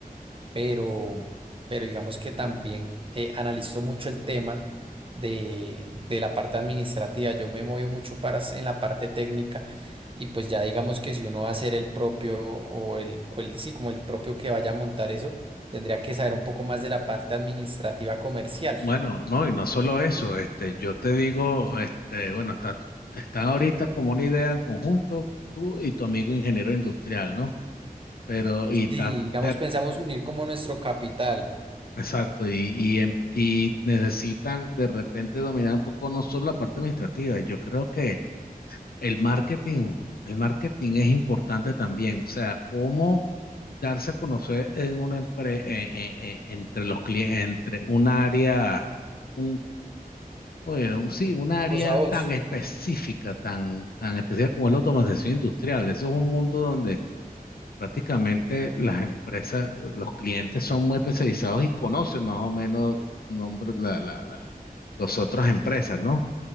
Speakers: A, on the right; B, on the left.
A: pero, pero digamos que también eh, analizo mucho el tema de, de la parte administrativa. Yo me muevo mucho para, s- en la parte técnica y pues ya digamos que si uno va a ser el propio o el, o el, sí, como el propio que vaya a montar eso, tendría que saber un poco más de la parte administrativa comercial.
B: Bueno, no, y no solo eso, este, yo te digo, este, bueno, está, están ahorita como una idea en conjunto tú y tu amigo ingeniero industrial, ¿no? Pero, y
A: Si,
B: está,
A: digamos,
B: está-
A: pensamos unir como nuestro capital,
B: exacto, y, y, em- y necesitan de repente dominar un poco no solo la parte administrativa, yo creo que el marketing, el marketing es importante también, o sea, cómo darse a conocer en una empre- eh, eh, eh, entre los clientes, entre un área, un, oye, un- sí, un área
A: el voz a voz,
B: tan específica, tan, tan específica como es la automatización industrial. Eso es un mundo donde prácticamente las empresas, los clientes son muy especializados y conocen más o menos nombres, la, la, la, las otras empresas, ¿no?